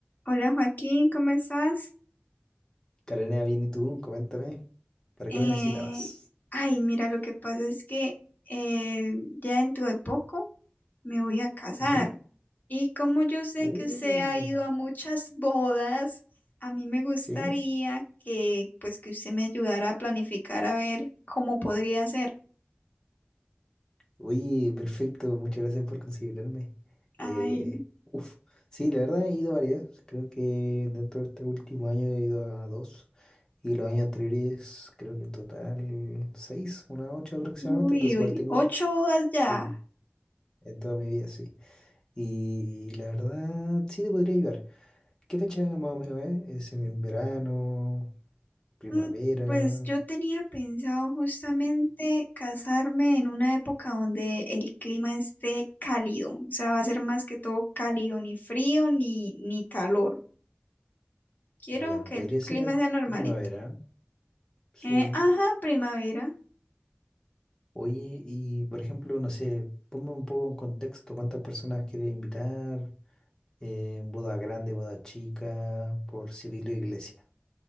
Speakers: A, on the left; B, on the left.
A: Hola Joaquín, ¿cómo estás?
B: Carolina, bien, ¿y tú? Coméntame, ¿para
A: Eh,
B: qué me necesitabas?
A: ay, mira, lo que pasa es que eh, ya dentro de poco me voy a casar.
B: Ujú.
A: Y como yo sé
B: Uh,
A: que usted ha ido a muchas bodas, a mí me gustaría
B: sí.
A: que, pues, que usted me ayudara a planificar a ver cómo podría ser.
B: Uy, perfecto, muchas gracias por considerarme. Eh,
A: Ay,
B: uf, sí, la verdad he ido varias. Creo que dentro de este último año he ido a dos. Y los años anteriores, creo que en total seis, unas ocho aproximadamente.
A: uy,
B: Entonces,
A: uy,
B: igual tengo,
A: ocho bodas ya.
B: sí, en toda mi vida, sí. Y, la verdad, sí te podría ayudar. ¿Qué fecha más o menos es? ¿Es en verano? primavera.
A: Mm, Pues yo tenía pensado justamente casarme en una época donde el clima esté cálido, o sea, va a ser más que todo cálido, ni frío ni, ni calor. Quiero
B: Ya,
A: que
B: podría
A: el
B: ser
A: clima
B: en
A: sea normalito.
B: primavera, sí.
A: Eh, ajá, primavera.
B: Oye, y por ejemplo, no sé, ponme un poco en contexto, ¿cuántas personas quieres invitar? Eh, boda grande, boda chica, por civil o iglesia.